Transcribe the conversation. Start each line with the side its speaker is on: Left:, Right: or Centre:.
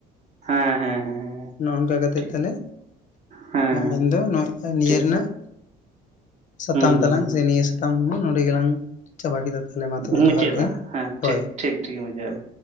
Right: ᱦᱮᱸ ᱦᱮᱸ ᱦᱮᱸ ᱦᱮᱸ
Left: ᱱᱚᱝᱠᱟ ᱠᱟᱛᱮ
Right: ᱴᱷᱤᱠ
Left: ᱛᱟᱞᱮ
Right: ᱦᱮᱸ
Left: ᱢᱮᱱᱫᱚ ᱱᱚᱜ ᱱᱤᱭᱟᱹ
Right: ᱴᱷᱤᱠ
Left: ᱨᱮᱱᱟᱜ ᱥᱟᱛᱟᱢ
Right: ᱦᱩᱸ ᱦᱩᱸ ᱦᱩᱸ
Left: ᱛᱟᱞᱟᱝ ᱥᱮ ᱱᱤᱭᱟᱹ ᱥᱟᱛᱟᱢ ᱦᱚᱸ ᱱᱚᱰᱮ ᱜᱮᱞᱟᱝ ᱪᱟᱵᱟ ᱠᱮᱫᱟ, ᱛᱟᱦᱚᱞᱮ ᱢᱟ ᱛᱚᱵᱮ
Right: ᱢᱩᱪᱟᱹᱫᱟ
Left: ᱡᱚᱦᱟᱨ ᱜᱮ
Right: ᱦᱮᱸ
Left: ᱦᱳᱭ᱾
Right: ᱴᱷᱤᱠ ᱴᱷᱤᱠ ᱠᱷᱤᱠ ᱢᱟ ᱡᱚᱦᱟᱨ ᱜᱮ᱾